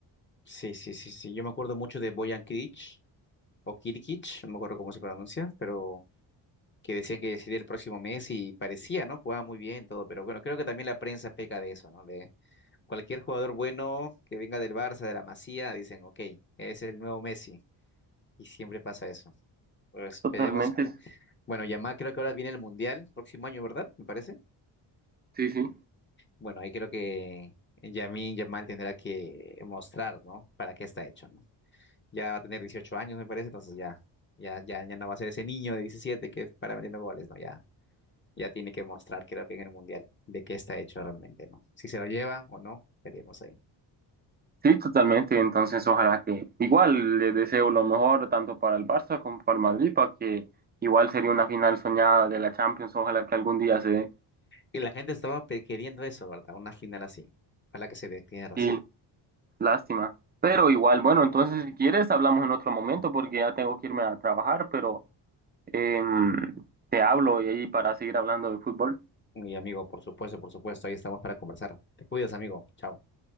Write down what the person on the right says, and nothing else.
totalmente,
sí, sí.
Sí, totalmente. Entonces, ojalá que igual le deseo lo mejor tanto para el Barça como para el Madrid, para que igual sería una final soñada de la Champions. Ojalá que algún día se dé.
Y lástima. Pero igual, bueno, entonces si quieres hablamos en otro momento porque ya tengo que irme a trabajar, pero em, te hablo y ahí para seguir hablando de fútbol.